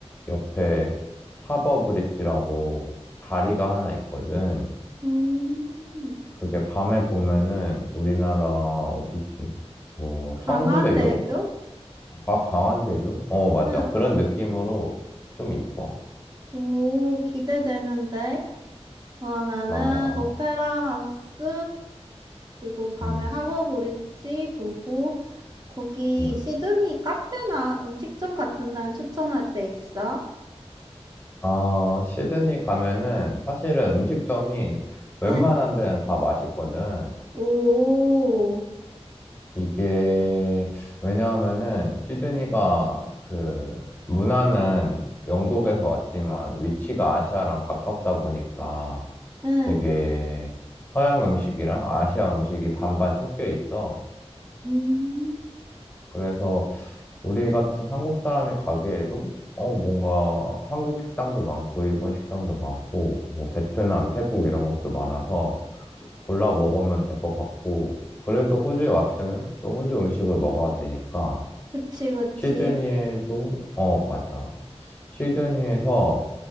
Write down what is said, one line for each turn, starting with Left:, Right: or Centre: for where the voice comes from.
Left: 옆에 하버 브릿지라고 다리가 하나 있거든.
Right: 음,
Left: 그게 밤에 보면은 우리나라 어디지? 뭐
Right: 강한대교?
Left: 성수대교? 과- 광안대교? 어, 맞아.
Right: 응.
Left: 그런 느낌으로 좀 이뻐.
Right: 오, 기대되는데. 그러면은
Left: 맞아.
Right: 오페라 하우스 그리고 밤에
Left: 음,
Right: 하버 브릿지 보고 거기
Left: 음.
Right: 시드니 카페나 음식점 같은 데는 추천할 데 있어?
Left: 어, 시드니 가면은 사실은 음식점이 웬만한
Right: 응.
Left: 데는 다 맛있거든.
Right: 오.
Left: 이게, 왜냐하면은 시드니가 그 문화는 영국에서 왔지만 위치가 아시아랑 가깝다 보니까
Right: 응.
Left: 되게 서양 음식이랑 아시아 음식이 반반 섞여 있어.
Right: 음.
Left: 그래서 우리 같은 한국 사람이 가기에도 어, 뭔가 한국 식당도 많고, 일본 식당도 많고, 뭐 베트남, 태국 이런 것도 많아서 골라 먹으면 될 것 같고, 그래도 호주에 왔으면 또 호주 음식을 먹어야 되니까,
Right: 그치, 그치.
Left: 시드니에도, 어, 맞아. 시드니에서